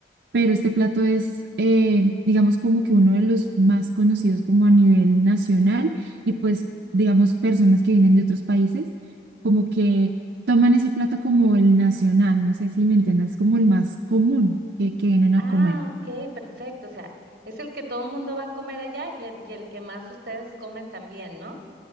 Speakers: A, on the right (about 75°); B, on the right (about 55°).
A: pero este plato es, eh, digamos, como que uno de los más conocidos como a nivel nacional y pues, digamos, personas que vienen de otros países, como que toman ese plato como el nacional, no sé si me entiendes, como el más común que, que vienen a
B: Ah,
A: comer.
B: ok, perfecto. O sea, es el que todo el mundo va a comer allá y el, y el que más ustedes comen también, ¿no?